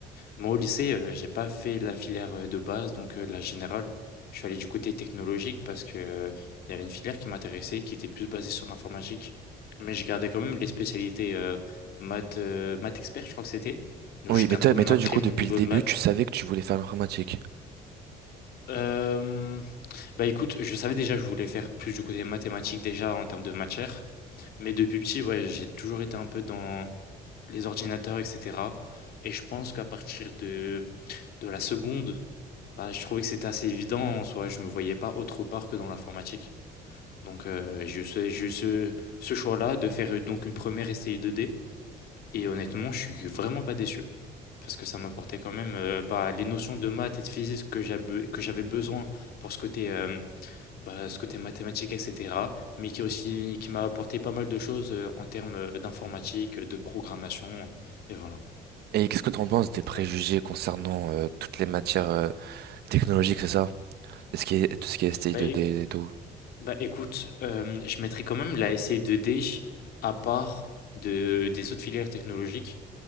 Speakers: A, on the left; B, on the right.
A: Moi, au lycée, heu, j'ai pas fait la filière, heu, de base, donc heu, la générale. Je suis allé du côté technologique parce que, heu, il y avait une filière qui m'intéressait, qui était plus basée sur l'informatique. Mais je gardais quand même les spécialités, heu, maths, heu, maths expert, je crois que c'était. Donc
B: Oui,
A: je garde
B: mais toi,
A: quand
B: mais
A: même
B: toi,
A: un très
B: du coup,
A: bon
B: depuis
A: niveau
B: le début,
A: de maths.
B: tu savais que tu voulais faire l'informatique.
A: Hem, bah, écoute, je savais déjà que je voulais faire plus du côté mathématique déjà en termes de matière. Mais depuis petit, ouais, j'ai toujours été un peu dans les ordinateurs, et cetera. Et je pense qu'à partir de, de la seconde, bah, je trouvais que c'était assez évident en soi. Je me voyais pas autre part que dans l'informatique. Donc, euh, j'ai eu ce, j'ai eu ce, ce choix-là de faire euh, donc une première STI 2D. Et honnêtement, je suis vraiment pas déçu parce que ça m'apportait quand même euh, bah, les notions de maths et de physique que j'avais que j'avais besoin pour ce côté, euh, bah, ce côté mathématique, etc. Mais qui a aussi qui m'a apporté pas mal de choses euh, en termes euh, d'informatique, euh, de programmation, euh, et voilà.
B: Et qu'est-ce que tu en penses des préjugés
A: Voilà, comme ça.
B: concernant euh, toutes les matières euh, technologiques, c'est ça? Ce qui est, tout ce qui est STI2D
A: Bah, é-
B: et tout.
A: bah, écoute, euh, je mettrai quand même la SC2D à part de, des autres filières technologiques